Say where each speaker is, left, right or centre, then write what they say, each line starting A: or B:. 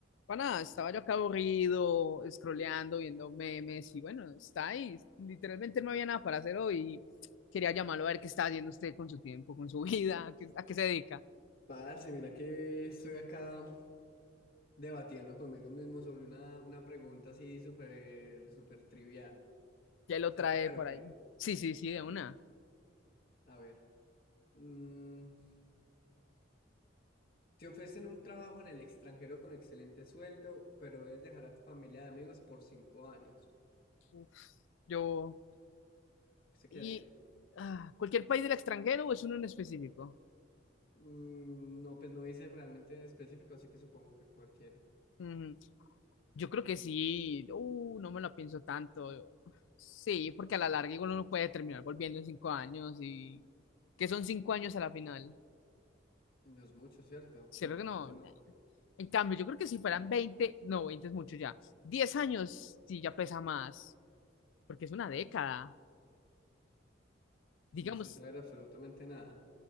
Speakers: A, on the left; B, on the left.
A: Para estaba yo acá aburrido, scrolleando, viendo memes y bueno, está ahí. Literalmente no había nada para hacer hoy. Quería llamarlo a ver qué está haciendo usted con su tiempo, con su <laughs> vida, a qué, a qué se dedica.
B: Parce, mira que estoy acá debatiendo conmigo mismo sobre una, una pregunta así súper, súper trivial.
A: Ya lo
B: ¿Se
A: trae
B: va a pegar
A: por
B: o qué?
A: ahí. Sí, sí, sí, de una.
B: A ver. Mm, te ofrecen un trabajo en el extranjero con excelente sueldo, pero debes dejar a tu familia de amigos por cinco años.
A: Uf, yo.
B: ¿Usted
A: ¿Y
B: qué haría?
A: ah, cualquier país del extranjero o es uno en específico?
B: Mm, no, pues no dice realmente específico, así que supongo que cualquiera.
A: Ujú. Yo creo que sí. Uh, no me lo pienso tanto. Sí, porque a la larga igual uno puede terminar volviendo en cinco años y que son cinco años a la final.
B: No es mucho, ¿cierto?
A: cierto
B: Pero realmente
A: que no.
B: no.
A: En cambio, yo creo que si fueran 20 no, 20 es mucho ya. diez años sí ya pesa más, porque es una década. Digamos,
B: Sin usted saber absolutamente nada.